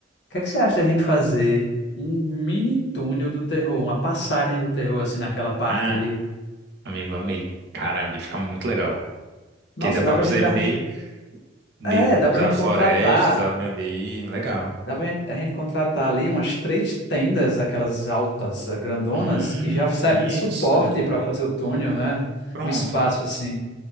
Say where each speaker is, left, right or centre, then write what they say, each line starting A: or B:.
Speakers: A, on the left (about 60°); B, on the right (about 60°).
A: que é que você acha da gente fazer um mini túnel do terror, uma passagem do terror assim naquela parte
B: Ah,
A: ali?
B: amigo, amei. Caramba, ia ficar muito legal. Porque
A: Nossa,
B: dá pra
A: dá pra
B: fazer
A: gente, ar-
B: meio, meio
A: é,
B: que
A: dá
B: usar
A: pra gente
B: florestas,
A: contratar,
B: árvore ali. Legal.
A: dá pra gente, a gente contratar ali umas três tendas, aquelas altas, eh, grandonas,
B: Hum,
A: que já servem
B: isso.
A: de suporte para fazer o túnel, né?
B: Pronto.
A: Um espaço assim.